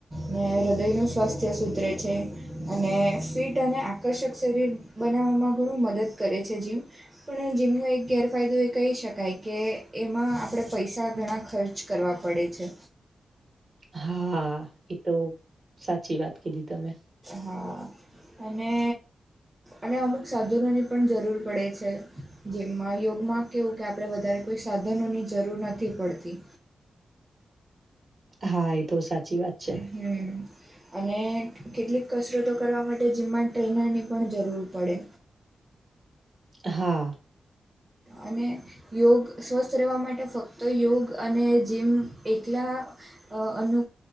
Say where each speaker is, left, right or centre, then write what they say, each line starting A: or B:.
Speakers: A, on the right; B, on the right.
A: ને હૃદયનું સ્વાસ્થ્ય સુધરે છે અને ફિટ અને આકર્ષક શરીર બનાવામાં ઘણું મદદ કરે છે જીમ પણ જીમનો એક ગેરફાયદો એ કહી શકાય કે એમાં આપણે પૈસા ઘણા ખર્ચ કરવા પડે છે
B: હા એ તો સાચી વાત કીધી તમે
A: હા અને અને અમુક સાધનોની પણ જરૂર પડે છે જેમાં યોગમાં કેવું કે આપણે વધારે કોઈ સાધનોની જરૂર નથી પડતી
B: હા એ તો સાચી વાત છે
A: હમ અને કેટલીક કસરતો કરવા માટે જીમમાં ટ્રેનરની પણ જરૂર પડે
B: હા
A: અને યોગ સ્વસ્થ રહેવા માટે ફક્ત યોગ અને જીમ એકલા અ અનુ